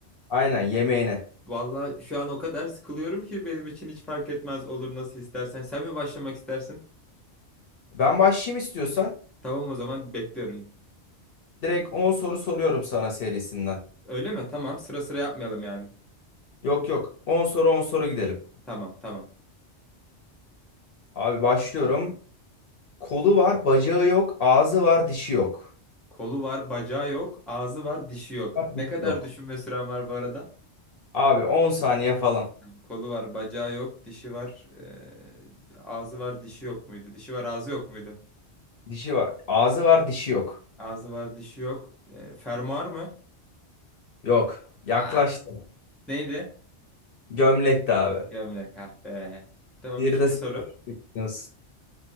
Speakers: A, on the left; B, in the centre.
A: Aynen yemeğine.
B: Vallahi şu an o kadar sıkılıyorum ki benim için hiç fark etmez olur nasıl istersen. Sen mi başlamak istersin?
A: Ben başlayayım istiyorsan.
B: Tamam o zaman bekliyorum.
A: Direkt 10 soru soruyorum sana serisinden.
B: Öyle mi? Tamam, sıra sıra yapmayalım yani.
A: Yok yok. on soru 10 soru gidelim.
B: Tamam, tamam.
A: Abi başlıyorum. Kolu var, bacağı yok, ağzı var, dişi yok.
B: Kolu var, bacağı yok, ağzı var, dişi yok.
A: Var, dişi
B: Ne kadar
A: yok.
B: düşünme süren var bu arada?
A: Abi 10 saniye falan.
B: Tamam, Kolu var, bacağı yok, dişi var, eee, ağzı var, dişi yok muydu? Dişi var, ağzı yok muydu?
A: Dişi var. Ağzı var, dişi yok.
B: Ağzı var, dişi yok. Eee, fermuar mı?
A: Yok. Yaklaştın.
B: Aa, neydi?
A: Gömlekti abi.
B: Gömlek ah be. Tamam
A: Bir
B: ikinci
A: de sıfır.
B: soru.
A: Biliyorsun.